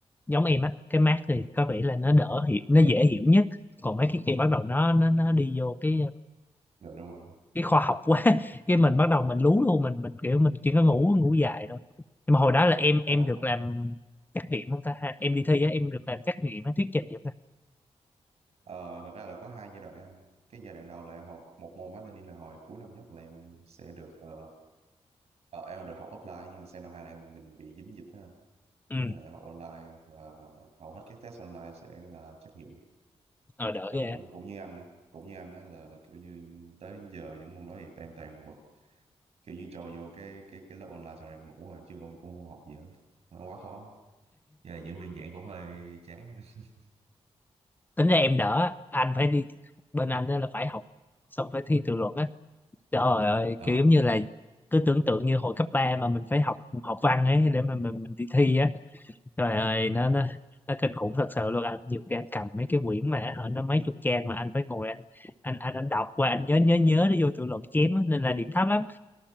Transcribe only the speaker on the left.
giống em á cái mát thì có vẻ là nó đỡ hiểu nó dễ hiểu nhất còn mấy cái kia bắt đầu nó nó nó đi vô cái
cái khoa học quá <laughs> cái mình bắt đầu mình lú luôn mình mình kiểu mình chỉ có ngủ ngủ dài thôi nhưng mà hồi đó là em
em
được làm trắc nghiệm không ta ha em đi thi á em được làm trắc nghiệm á thuyết trình vậy ta
ừ
ờ đỡ
ghê
á.
tính ra em đỡ anh phải đi bên anh á là phải học xong phải thi tự luận á Trời ơi,
kiểu giống như là cứ tưởng tượng như hồi cấp 3 mà mình phải học học văn ấy để mà mình, mình đi thi á. Trời ơi, nó nó nó kinh khủng thật sự luôn anh. Nhiều khi anh cầm mấy cái quyển mà ở nó mấy chục trang mà anh phải ngồi anh anh anh anh đọc qua anh nhớ nhớ nhớ để vô tự luận chém á, nên là điểm thấp lắm.